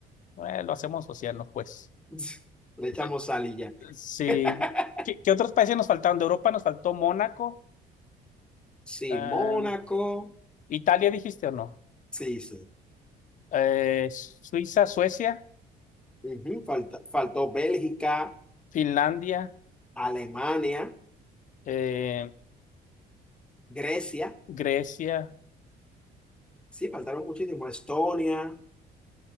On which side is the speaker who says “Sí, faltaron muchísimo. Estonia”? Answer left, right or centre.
Centre